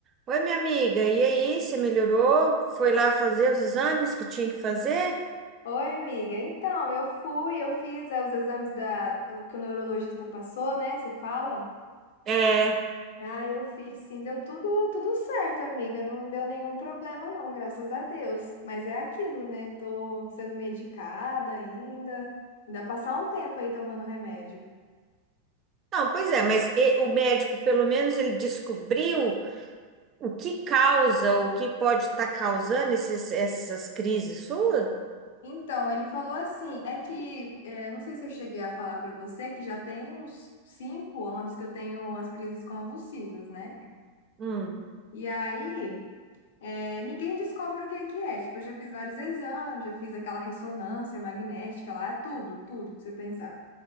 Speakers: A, on the right; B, on the left.
A: Oi, minha amiga, e aí, você melhorou? Foi lá fazer os exames que tinha que fazer?
B: Oi, amiga. Então, eu fui, eu fiz é, os exames da, do que o neurologista passou, né? Você fala?
A: É,
B: Ah, eu fiz, sim, deu tudo, tudo certo, amiga. Não deu nenhum problema, não, graças a Deus. Mas é aquilo, né? Tô sendo medicada ainda. Ainda passar um tempo aí tomando remédio.
A: Não, pois é, mas e- o médico, pelo menos, ele descobriu o que causa, o que pode estar causando esses, essas crises suas?
B: Então, ele falou assim, é que, é, não sei se eu cheguei a falar pra você, que já tem uns cinco anos que eu tenho as crises convulsivas, né?
A: hum,
B: E aí É, ninguém descobre o que é que é. Tipo, eu já fiz vários exames, já fiz aquela ressonância magnética lá, é tudo, tudo pra você pensar.